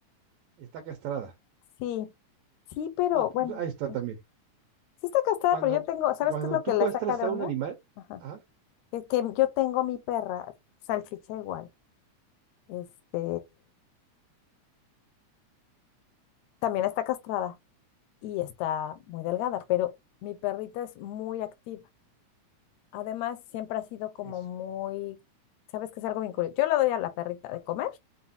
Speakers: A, on the right; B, on the left.
A: Está castrada.
B: Sí, sí, pero
A: Ah, pues
B: bueno,
A: ahí está
B: eh,
A: también.
B: sí está casada,
A: Cuando,
B: pero yo tengo, ¿sabes
A: cuando
B: qué es lo
A: tú
B: que la
A: castras
B: saca de
A: a
B: onda?
A: un animal,
B: Ajá.
A: ah,
B: Que, que yo tengo mi perra, salchicha igual, este, también está castrada y está muy delgada, pero mi perrita es muy activa. Además, siempre ha sido como
A: eso,
B: muy, sabes que es algo bien curioso. Yo le doy a la perrita de comer.